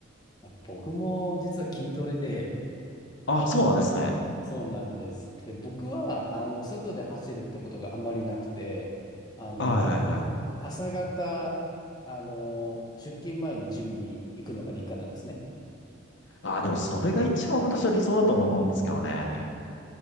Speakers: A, on the left; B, on the left.
A: 僕も実は筋トレで、
B: あ、そうなんですね。
A: そうなんです。で、僕は、あの、外で走るってことがあんまりなくて、あの、
B: あはいはいはい。
A: 朝方、あの、出勤前にジムに行くのが日課なんですね。
B: あ、でもそれが一番私は理想だと思うんですけどね。